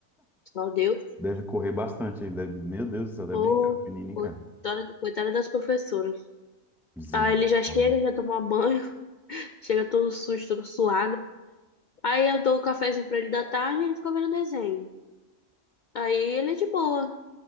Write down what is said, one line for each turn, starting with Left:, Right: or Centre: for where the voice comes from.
Left: Meu Deus,
Centre: deve correr bastante aí. Deve, meu Deus do céu, deve
Left: pô,
Centre: brincar, menino, hein,
Left: coitada
Centre: cara.
Left: coitada das professoras.
Centre: Misericórdia.
Left: Aí ele já chega, já toma um banho, <laughs> chega todo sujo, todo suado. Aí eu dou o cafezinho pra ele da tarde e ele fica vendo desenho. Aí ele é de boa,